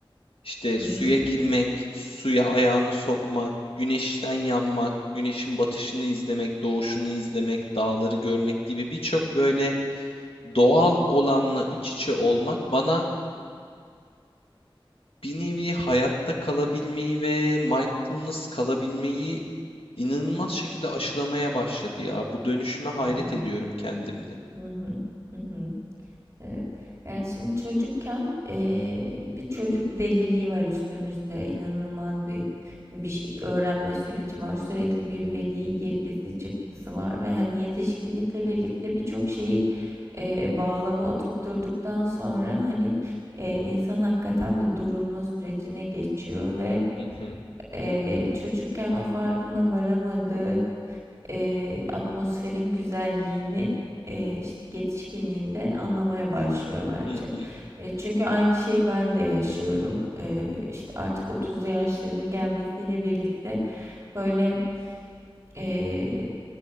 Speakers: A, on the left (about 80°); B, on the right (about 30°).
A: işte
B: Hı
A: suya
B: hı.
A: girmek, suya ayağını sokmak, güneşten yanmak, güneşin batışını izlemek, doğuşunu izlemek, dağları görmek gibi birçok böyle Doğal olanla iç içe olmak bana bir nevi hayatta kalabilmeyi ve mindfulness kalabilmeyi inanılmaz şekilde aşılamaya başladı ya. Bu dönüşüme hayret
B: Hı hı.
A: ediyorum kendimde.
B: Hı hı. Hı hı. Evet. Yani şimdi çocukken eee, bir çocuk deliliği var üstümüzde. İnanılmaz bir bir şey- öğrenme süreci var. Sürekli bir veriyi girdisi çıktısı var ve hani yetişkinlikle birlikte birçok şeyi eee bağlama oturtturduktan sonra hani eee, insan hakikaten bir durulma sürecine geçiyor ve
A: Hı hı,
B: eee, çocukken o farkına varamadığı eee, atmosferin güzelliğini eee, işte yetişkinliğinde anlamaya başlıyor bence.
A: hı hı,
B: E, çünkü aynı şeyi ben de yaşıyorum. Eee işte artık 30'lu yaşlarının gelmesiyle birlikte böyle eee,